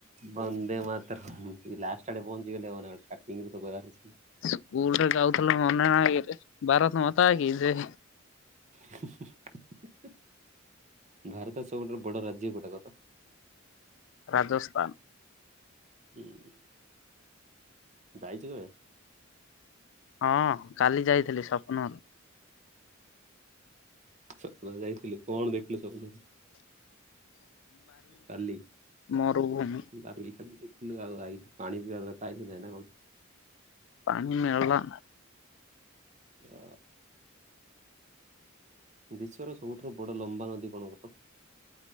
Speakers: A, on the right; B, on the left.
A: ବନ୍ଦେ ମାତରମ୍ ଲାଷ୍ଟ ଆଡେ ବନ୍ଦ ହେଇଗଲେ ହବନା କଣ ଷ୍ଟାର୍ଟିଂରୁ କହିବା କଥାନା।
B: ସ୍କୁଲରେ ଗାଉଥିଲୁ ମନେ ନାଇକିରେ ଭାରତ ମାତା କି ଜୟ।
A: ହିଁ ହିଁ ହିଁ ହିଁ ଭାରତ ସବୁଠାରୁ ବଡ ରାଜ୍ୟ କୋଉଟା କ ତ?
B: ରାଜସ୍ଥାନ।
A: ଉଁହଁ ଯାଇଛ କେବେ?
B: ହଁ କାଲି ଯାଇଥିଲି ସ୍ୱପ୍ନ
A: ସପ୍ନରେ ଯାଇଥିଲି କଣ ଦେଖିଲୁ ସପ୍ନ ବାଲି
B: ମରୁଭୂମି
A: ବାଲି ଖାଲି ଦେଖ ଥିଲୁ ଆଉ ଆଇଲୁ ପାଣି ପିଇଆକୁ ଆଇଲୁ ନା କଣ?
B: ପାଣି ମିଳିଲା।
A: ଅ ବିଶ୍ୱର ସବୁଠାରୁ ବଡ ଲମ୍ବା ନଦୀ କଣ କହ ତ?